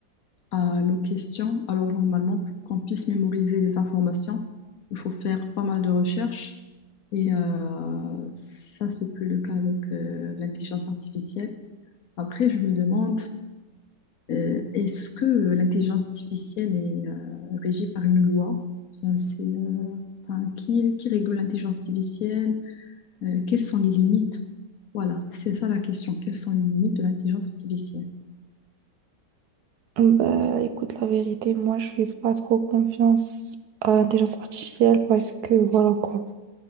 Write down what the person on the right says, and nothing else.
Bah, écoute, la vérité, moi, je fais pas trop confiance à l'intelligence artificielle parce que, voilà quoi,